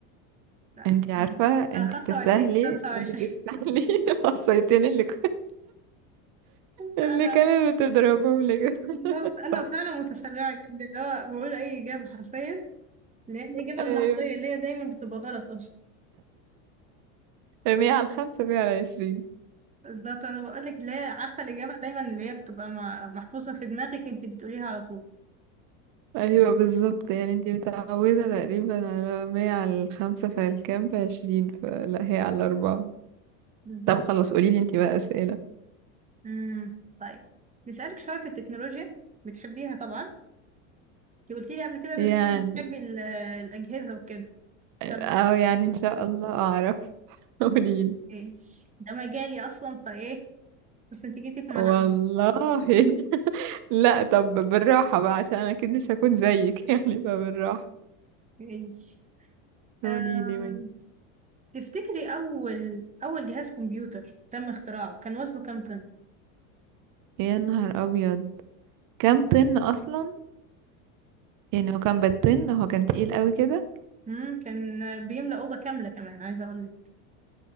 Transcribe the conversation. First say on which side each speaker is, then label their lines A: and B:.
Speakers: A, on the right; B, on the right.
A: لا
B: انتي
A: استنى
B: عارفة انتي
A: أنا خمسة
B: تستاهلي
A: وعشرين خمسة وعشرين
B: انتي تستاهلي <laughs> الصيتين اللي ك-
A: <laughs>
B: اللي
A: أنا
B: كانت بتضربهم لك
A: بالظبط
B: <laughs>
A: أنا
B: صح
A: فعلا متسرعة جدا اللي هو بقول أي إجابة حرفيا اللي هي الإجابة
B: ايوه
A: اللحظية اللي هي دايما بتبقى غلط أصلا
B: مية على الخمسة مية على عشرين
A: بالظبط أنا بقولك اللي هي عارفة الإجابة دايما اللي هي بتبقى مع- محفوظة في دماغك انت بتقوليها على طول
B: ايوه بالظبط يعني انتي متعودة تقريبا على مية على الخمسة فهل كام في عشرين فلا هي على أربعة
A: بالظبط
B: طب خلاص قوليلي انتي بقى أسئلة
A: امم طيب نسألك شوية في التكنولوجيا بتحبيها طبعا انت قلتي لي قبل كده إنك
B: يعني
A: انت بتحبي ال- الأجهزة وكده ف
B: اه يعني ان شاء الله اعرف <laughs> قوليلي
A: إيش. ده مجالي أصلا فإيه بس انت جيتي في ملعبي
B: والله <laughs> لا طب بالراحة بقى عشان انا اكيد مش هكون زيك <laughs> يعني فبالراحة
A: إيش.
B: قوليلي
A: أم...
B: من
A: تفتكري أول أول جهاز كمبيوتر تم اختراعه كان وزنه كام طن؟
B: يا نهار ابيض كام طن اصلا يعني هو كان بالطن هو كان تقيل قوي كده
A: امم كان بيملأ أوضة كاملة كمان عايزة أقول لك